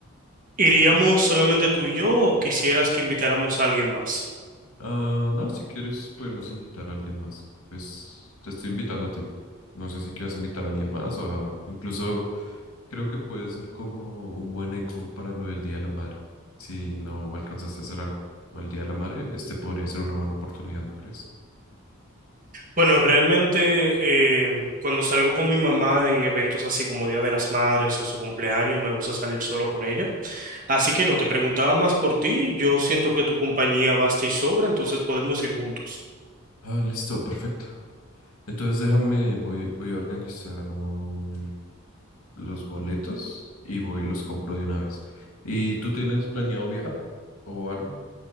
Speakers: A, on the right; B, on the left.
A: ¿Iríamos solamente tú y yo o quisieras que invitáramos a alguien más?
B: Ah, no, si quieres podemos invitar a alguien más. Pues te estoy invitando a ti. No sé si quieres invitar a alguien más o a- incluso creo que puede ser como un buen eco para lo del Día de la Madre. Si no alcanzaste a hacer algo el Día de la Madre, este podría ser una buena oportunidad, ¿no crees?
A: Bueno, realmente eh, cuando salgo con mi mamá en eventos así como Día de las Madres o su cumpleaños, me gusta salir solo con ella. Así que no, te preguntaba más por ti. Yo siento que tu compañía basta y sobra, entonces podemos ir juntos.
B: Ah, listo, perfecto. Entonces déjame, voy, voy a organizar un- los boletos y voy y los compro de una vez. ¿Y tú tienes planeado viajar o algo